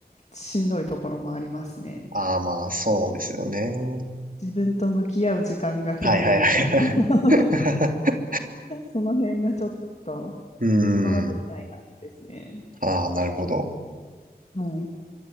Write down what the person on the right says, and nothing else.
ああ、まあ、そうですよね。
はいはいは
い。<laughs>
うーん。
ああ、なるほど。